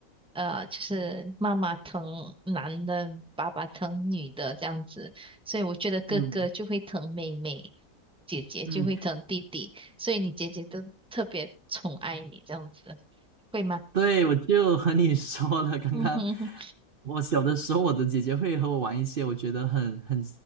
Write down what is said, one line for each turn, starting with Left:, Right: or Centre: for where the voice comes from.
Centre: 呃，就是妈妈疼男的，爸爸疼女的这样子，所以我觉得哥哥就会疼妹妹，
Right: 嗯
Centre: 姐姐就会疼弟弟，
Right: 嗯，
Centre: 所以你姐姐都特别宠爱你这样子，会吗？
Right: 对，我就和你说了，
Centre: <laughs>
Right: 刚刚
Centre: 嗯哼哼，
Right: 我小的时候，我的姐姐会和我玩一些我觉得很很